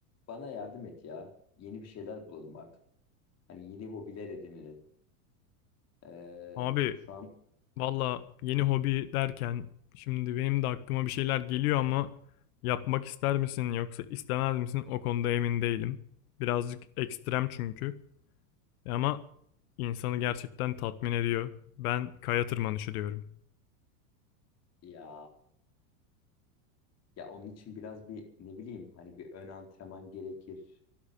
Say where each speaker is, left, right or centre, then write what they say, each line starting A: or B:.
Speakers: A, on the left (about 35°); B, on the left (about 65°).
A: Bana yardım et ya. Yeni bir şeyler bulalım artık. Hani yeni hobiler edinelim. Ee,
B: Abi
A: şu an
B: valla yeni hobi derken şimdi benim de aklıma bir şeyler geliyor ama yapmak ister misin yoksa istemez misin o konuda emin değilim. Birazcık ekstrem çünkü E ama insanı gerçekten tatmin ediyor. Ben kaya tırmanışı diyorum.
A: ya ya onun için biraz bir ne bileyim hani bir ön antrenman gerekir.